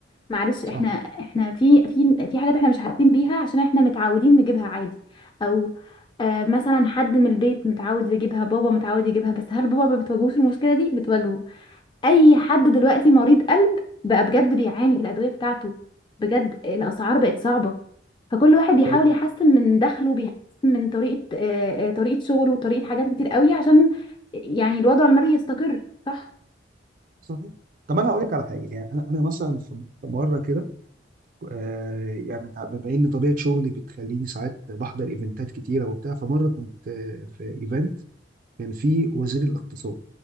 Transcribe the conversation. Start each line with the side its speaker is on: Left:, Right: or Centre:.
Left: معلش
Right: صح
Left: احنا احنا في في في حاجات احنا مش حاسين بيها عشان احنا متعودين نجيبها عادي او آه مثلا حد من البيت متعود يجيبها بابا متعود يجيبها بس هل بابا ما بتواجهوش المشكلة دي بتواجهه اي حد دلوقتي مريض قلب بقى بجد بيعاني في الادويه بتاعته بجد الاسعار بقت صعبه فكل واحد بيحاول
Right: طيب
Left: يحسن من دخله بيحسن من طريقه آه، آه، طريقه شغله وطريقه حاجات كتير قوي عشان يعني الوضع المالي يستقر صح
Right: صحيح طب انا هقول لك على حاجه يعني انا انا مثلا في في مره كده آه، يعني تع- بما ان طبيعه شغلي بتخليني ساعات بحضر ايفنتات كتيره وبتاع فمره كنت آه، في ايفنت كان فيه وزير الاقتصاد